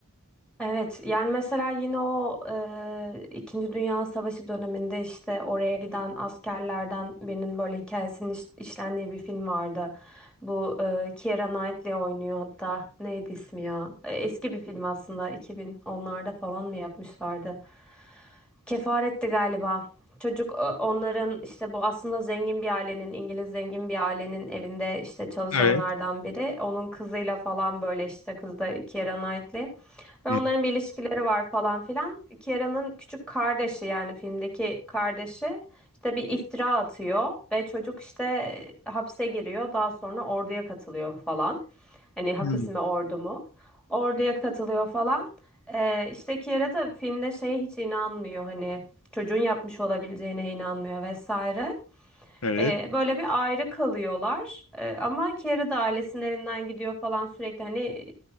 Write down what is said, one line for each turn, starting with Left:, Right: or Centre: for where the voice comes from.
Centre: Evet yani mesela yine o e, İkinci Dünya Savaşı döneminde işte oraya giden askerlerden birinin böyle hikayesinin iş- işlendiği bir film vardı. Bu e, Keira Knightley oynuyor hatta neydi ismi ya? E, eski bir film aslında iki bin onlarda falan mı yapmışlardı? Kefaretti galiba. Çocuk e, onların işte bu aslında zengin bir ailenin, İngiliz zengin bir ailenin evinde işte çalışanlardan
Left: Evet.
Centre: biri. Onun kızıyla falan böyle işte kız da Keira Knightley. Ve
Left: Hı.
Centre: onların bir ilişkileri var falan filan. Kiera'nın küçük kardeşi yani filmdeki kardeşi işte bir iftira atıyor ve çocuk işte e, hapse giriyor. Daha sonra orduya katılıyor falan. Hani hapis
Left: Hı.
Centre: mi ordu mu? Orduya katılıyor falan. Ee, işte Kiara da filmde şeye hiç inanmıyor hani çocuğun yapmış olabileceğine inanmıyor vesaire.
Left: Evet.
Centre: Ee, böyle bir ayrı kalıyorlar. Ee, ama Kiara da ailesinin evinden gidiyor falan sürekli hani